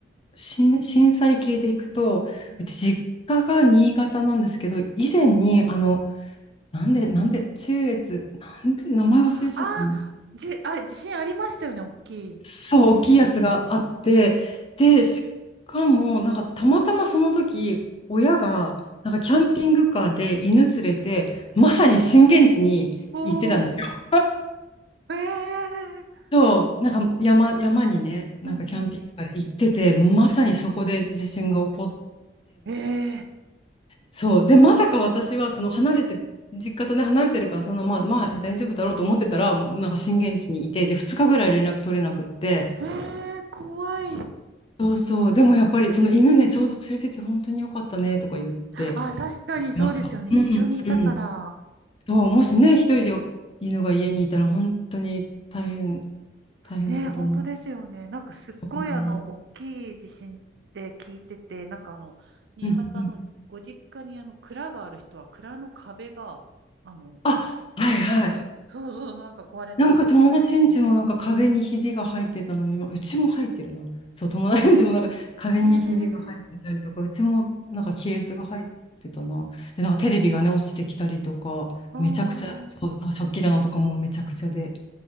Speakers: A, on the left; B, on the right.
A: 震震災系で行くと、
B: うん
A: うち実家が新潟なんですけど、以前に、あの、なんで、なんで、中越、なんで、名前忘れちゃったな。
B: ああ、じ、あれ、地震ありましたよね、大きい地震。
A: そう、大きいやつがあって、で、しかも、なんかたまたまその時、親が、なんかキャンピングカーで犬連れて、まさに震源地に行ってたんですよ。
B: おー、ええ
A: そう、なんか山、山にね、なんかキャンピングカーで行ってて、
B: うんう
A: まさにそこで地震が起こって、
B: んええ
A: そう、で、まさか私は、その離れて、実家とね、離れてるから、そんな、まあ、まあ、大丈夫だろうと思ってたら、なんか震源地にいて、で、2日ぐらい連絡取れなくって、
B: ええ怖い。
A: そうそう。でもやっぱり、その犬ね、ちょうど連れてて本当に良かったねとか言って
B: あ、確かにそうですよね。
A: ました。うん、
B: 一緒にいたから。
A: うん。そう、もしね、一人で犬が家にいたら本当に大変、大変なことになって。
B: ね、本当ですよね。なんかすっごいあの、
A: そう
B: 大きい地震って聞いてて、なんかあの、新潟のご実家にあの、
A: うんうん。
B: 蔵がある人は蔵の壁が、あの、
A: あ、
B: ドンって、
A: はいはい。
B: そうそう、なんか壊れたって聞いて。
A: なんか友達ん家もなんか壁にひびが入ってたの今、うちも入ってるな。そう、友達ん家もなんか壁にひびが入ってたりとか、
B: ええ
A: うちもなんか亀裂が入ってたな。で、なんかテレビがね、落ちてきたりとか、
B: ああー、
A: めちゃくちゃ、そう、なんか食器棚とかもうめちゃくちゃでっ